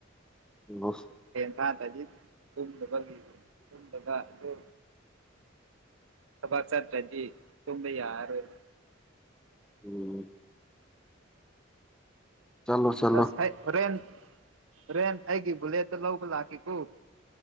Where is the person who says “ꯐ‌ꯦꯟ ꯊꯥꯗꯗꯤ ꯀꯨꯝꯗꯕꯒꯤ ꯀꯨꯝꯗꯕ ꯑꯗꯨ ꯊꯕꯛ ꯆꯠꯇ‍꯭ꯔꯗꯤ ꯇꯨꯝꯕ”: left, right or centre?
Right